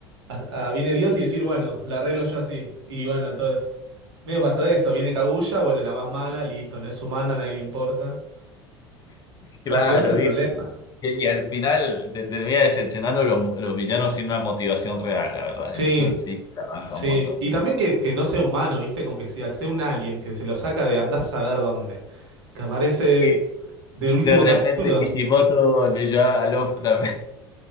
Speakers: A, on the right; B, on the left.
A: a- a- Viene Dios y decir, bueno, la arreglo yo así. Y bueno, todo. Medio pasó eso. Viene Kaguya, bueno, la más mala, listo, no es humana, a nadie le importa.
B: Claro,
A: Como que va a ser el problema.
B: Y, y al final te termina decepcionando los, mu- los villanos sin una motivación real, la verdad.
A: Sí,
B: Eso sí trabaja
A: sí.
B: un montón.
A: Y también que, que no sea humano, ¿viste? Como que si al ser un alien que se lo saca de andás a saber dónde. Que aparece
B: Y
A: del
B: de
A: último
B: repente
A: capítulo.
B: Kishimoto leyó a Lovecraft. <laughs>